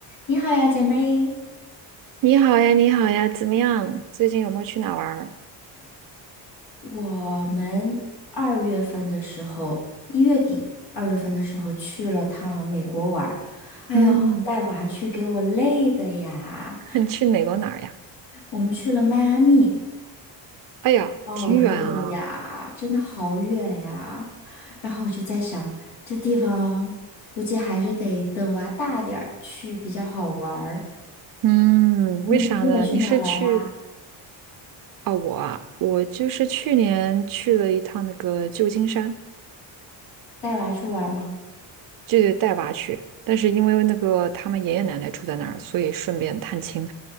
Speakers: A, on the left (about 80°); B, on the right (about 50°).
A: 你好呀，姐妹。
B: 你好呀，你好呀，怎么样？最近有没有去哪玩儿？
A: 我们二月份的时候，一月底、二月份的时候去了趟美国玩儿，哎呦，
B: 嗯，
A: 带娃去给我累的呀！
B: <laughs> 你去美国哪儿呀？
A: 我们去了迈阿密，
B: 哎呀，
A: 好热呀，
B: 挺远啊。
A: 真的好远呀。然后我就在想，这地方估计还是得等娃大点儿去比较好玩儿。
B: 嗯，
A: 你们最近有去哪儿玩儿呀
B: 为啥呢？你是去啊？我啊，我就是去年去了一趟那个旧金山，
A: 带娃去玩儿吗？
B: 就是带娃去。但是因为那个他们爷爷奶奶住在那儿，所以顺便探亲。